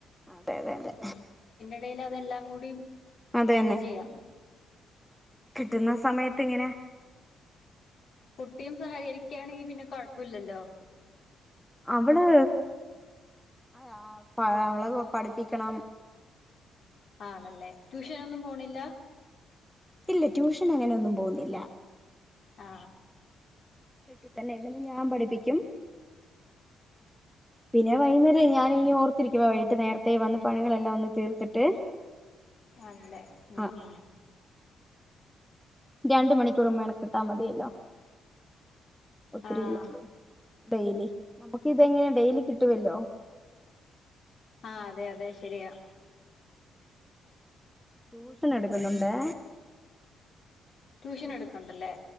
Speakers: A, in the centre; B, on the left.
A: അതെ അതെ അതെ
B: ഇടയിൽ അതെല്ലാം കൂടി
A: അത
B: മാനേജ്
A: തന്നെ
B: ചെയ്യാം
A: കിട്ടുന്ന സമയത്ത് ഇങ്ങനെ
B: കുട്ടിയും സഹകരിക്കാണെങ്കി പിന്നെ കൊഴപ്പമില്ലലോ
A: അവള് അത അവള പഠപ്പ പപ്പിക്കണം
B: ആണല്ലേ ട്യൂഷനൊന്നും പോണില്ല
A: ഇല്ല ട്യൂഷൻ അങ്ങനെയൊന്നും പോകുന്നില്ല
B: ആ
A: കിട്ടിത്തന്നെ ഞാൻ പഠിപ്പിക്കും പിന്നെ വൈകുന്നേരം ഞാൻ ഇനി ഓർത്തിരിക്കുവ വൈകിട്ട് നേരത്തെ വന്ന് പണികൾെല്ലാം വന്ന് തീർത്തിട്ട്
B: ആല്ലേ ഉം
A: ആ
B: ഉ
A: രണ്ട മണിക്കൂറും വേണം കിട്ടാ മതിയല്ലോ ഒത്തിരി
B: ആഹ്
A: ഇല്ലല്ലേ ഡെയിലി നമുക്ക് ഇതെങ്ങനെ ഡെയിലി കിട്ടുവല്ലോ
B: ആഹ് അതെ അതെ ശരിയാ
A: ട്യൂഷൻ എടുക്കുന്നുണ്ടേ
B: ട്യൂഷൻ
A: ട്യൂഷ
B: എടുക്കണ്ടല്ലേ